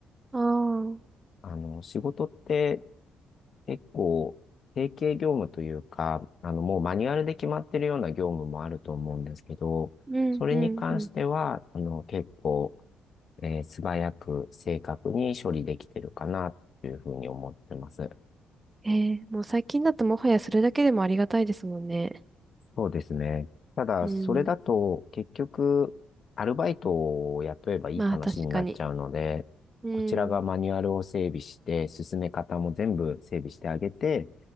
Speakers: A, on the right; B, on the left.
A: ああー、
B: あの、仕事って結構定型業務というか、あの、もうマニュアルで決まってるような業務もあると思うんですけど、
A: うんうんうん。
B: それに関しては、あの、結構、えー素早く正確に処理できてるかなというふうに思ってます。
A: ええ、もう最近だともはやそれだけでもありがたいですもんね。
B: そうですね。ただ、
A: うん。
B: それだと、結局、アルバイトを雇えばいい話になっちゃうので、
A: まあ確かに。うん、
B: こちらがマニュアルを整備して、進め方も全部整備してあげて、